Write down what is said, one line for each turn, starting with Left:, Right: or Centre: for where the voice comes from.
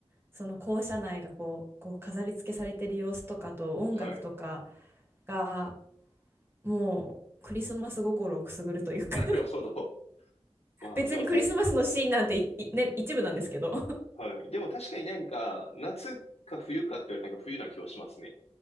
Right: その校舎内がこう、こう飾り付けされてる様子とかと音楽とか
Left: はい。
Right: がもうクリスマス心をくすぐるというか
Left: なるほど。
Right: <laughs>
Left: まあ、
Right: 別にクリスマスのシーンなんていいね、
Left: でもた、
Right: 一部なんですけど
Left: はい。でも確かになんか、夏か冬かって言われたらなんか冬な気はしますね。